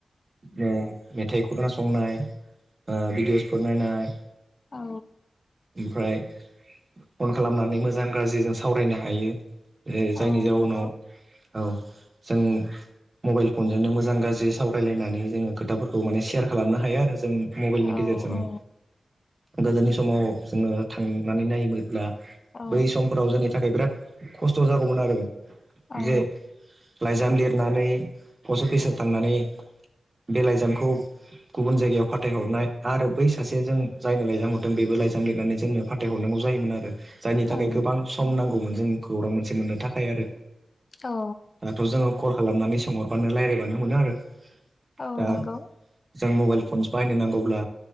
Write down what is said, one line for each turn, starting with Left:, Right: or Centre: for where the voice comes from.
Right: मेथाइ खोनासंनाय ओ भिडिअ'सफोर नायनाय
Left: औ
Right: ओमफ्राय अन खालामनानै मोजां गाज्रिजों सावरायनो हायो जायनि
Left: औ
Right: जाउनाव
Left: नंगौ
Right: औ जों मबाइल फनजोंनो मोजां गाज्रि सावरायलायनानै जोङो खोथाफोरखौ माने सेयार खालामनो हायो आरो जों जों मबाइलनि
Left: औ
Right: गेजेरजोंनो
Left: औ
Right: गोदोनि समाव जोङो थां नानै नायोब्ला
Left: औ
Right: बै समफोराव जोंनि थाखाय बिराद खस्थ' जागौमोन आरो
Left: औ
Right: जे लाइजाम लिरनानै पस्ट अफिसाव थांनानै बे लाइजामखौ गुबुन जायगायाव फाथायहरनाय आरो आरो बै सासे जों जायनो लाइजाम हरदों बेबो लाइजाम लिरनानै जोंनो फाथायहरनांगौ जायोमोन आरो जायनि
Left: औ
Right: थाखाय गोबां सम नांगौमोन जों खौरां मोनसे मोननो थाखाय आरो
Left: औ
Right: दाथ' जोङो कल खालामनानै सोंहरबानो रायज्लायबानो मोनो आरो
Left: औ
Right: दा
Left: नंगौ
Right: जों मबाइल फनस बाहायनो नांगौब्ला